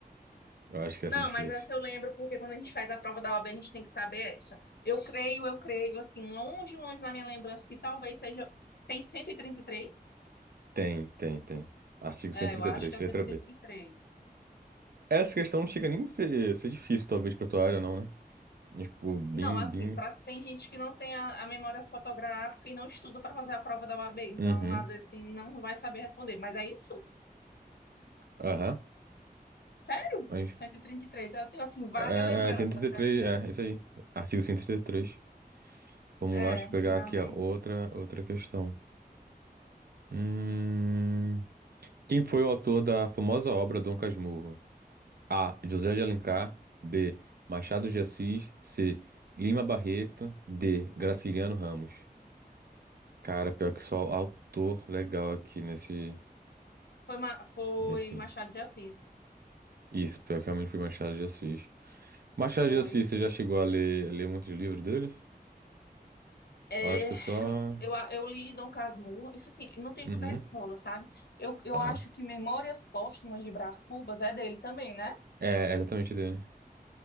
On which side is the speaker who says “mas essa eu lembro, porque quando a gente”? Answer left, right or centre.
Left